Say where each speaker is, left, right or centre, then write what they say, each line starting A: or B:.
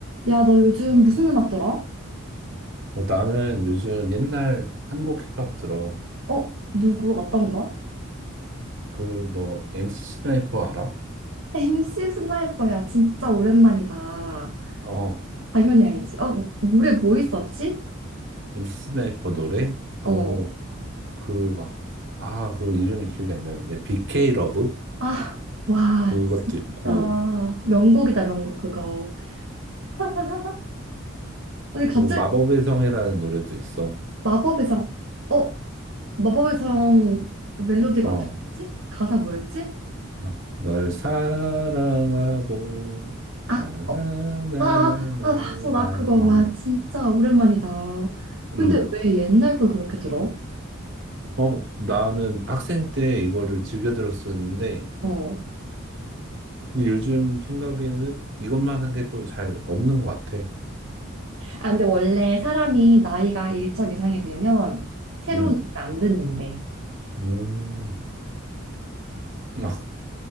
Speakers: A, on the right; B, on the right.
A: 야, 너 요즘 무슨 음악 들어?
B: 어, 나는 요즘 옛날 한국 힙합 들어.
A: 어? 누구? 어떤 거?
B: 그, 너, MC 스나이퍼 알아?
A: MC 스나이퍼야, 진짜 오랜만이다.
B: 어.
A: 당연히 알지. 어, 노래 뭐 있었지?
B: MC 스나이퍼 노래? 어,
A: 어.
B: 그 막, 아, 그 이름이 기억이 안 나는데. BK 러브?
A: 아, 와,
B: 그것도 있고,
A: 진짜. 명곡이다, 명곡 그거. <laughs> 근데 갑자기
B: 그리고 마법의 성이라는 노래도 있어.
A: 마법의 성, 어? 마법의 성 멜로디가
B: 어,
A: 어떻게 지 가사 뭐였지?
B: 막, 널 사랑하고,
A: 아,
B: 나나나나나나.
A: 어, 아, 아, 아, 맞아, 나 그거.
B: 어,
A: 와, 진짜 오랜만이다.
B: 음.
A: 근데 왜 옛날 걸 그렇게 들어?
B: 어, 나는 학생 때 이거를 즐겨 들었었는데,
A: 어.
B: 근데 요즘 생각에는 이것만 한 게 또 잘 없는 것 같아.
A: 아, 근데 원래 사람이 나이가 일정 이상이 되면 새로운
B: 음,
A: 일을 안 듣는데.
B: 음, 아,